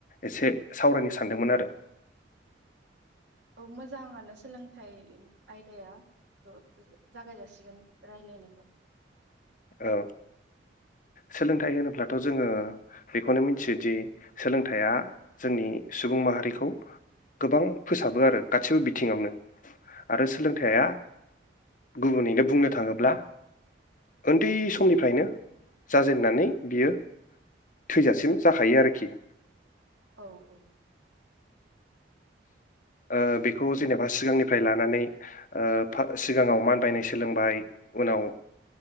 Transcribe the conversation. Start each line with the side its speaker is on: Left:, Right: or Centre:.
Left: एसे सावरायनो सानदोंमोन आरो
Right: औ मोजाङानो सोलोंथाइ आयदाया ओ जागाय जाासिगोन राय्लायनायखौ
Left: औ सोलोंथाइ होनोब्लाथ' जोङो बेखौनो मिथियोदि सोलोंथाइया जोंनि सुबुं माहारिखौ गोबां फोसाबो आरो गासिबो बिथिङावनो आरो सोलोंथाइया गुबुनैनो बुंनो थाङोब्ला उन्दै समनिफ्रायनो जाजेेननानै बियो थैजासिम जाखायो आरोखि
Right: औ औ
Left: ओ बेखौ जेनेबा सिगांनिफ्राय लानानै ओ सिगाङाव मानबायनाय सोलोंबाय उनाव